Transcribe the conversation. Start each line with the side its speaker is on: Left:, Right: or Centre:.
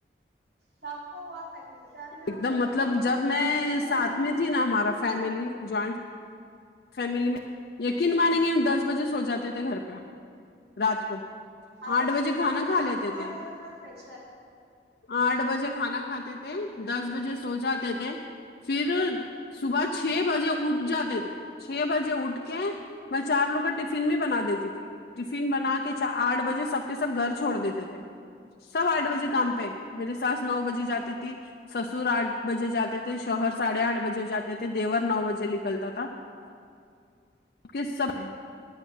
Right: سب کو بہت تکلیف ہے ابھی ہم
Left: ایک دم
Right: لوگ
Left: مطلب
Right: کے وہیں ہے
Left: جب میں
Right: میری نند
Left: ساتھ میں تھی نا ہمارا فیملی جوائنٹ فیملی میں یقین مانیں گے ہم دس بجے سو جاتے تھے گھر پہ رات کو
Right: ہاں
Left: آٹھ
Right: تو صبح
Left: بجے کھانا
Right: کام
Left: کھا لیتے
Right: کا
Left: تھے
Right: رہتا ہے نا پریشر
Left: آٹھ بجے کھانا کھاتے تھے
Right: تو
Left: دس بجے سو جاتے تھے پھر صبح چھ بجے اٹھ جاتے تھے چھ بجے اٹھ کے میں چار لوگ کا ٹفن بھی بنا دیتی تھی ٹفن بنا کے آٹھ بجے سب کے سب گھر چھوڑ دیتے تھے سب آٹھ بجے کام پہ میری ساس نو بجے جاتی تھی سسر آٹھ بجے جاتے تھے شوہر ساڑھے آٹھ بجے جاتے تھے دیور نو بجے نکلتا تھا کس سمے